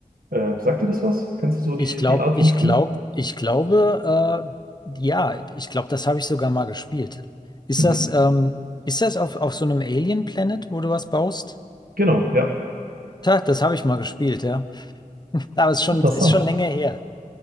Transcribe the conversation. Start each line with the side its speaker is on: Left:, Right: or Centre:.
Right: Äh, sagt dir das was? Kennst du so
Left: Ich
Right: die,
Left: glaube,
Right: die Art
Left: ich
Right: von Spielen?
Left: glaube, ich glaube, äh, ja, ich glaube, das habe ich sogar mal gespielt. Ist
Right: Mhm.
Left: das, ähm, ist das auf, auf so einem Alien Planet, wo du was baust?
Right: Genau, ja.
Left: Ha, das habe ich mal gespielt, ja. <laughs> Aber es ist schon,
Right: Interessant.
Left: ist schon länger her.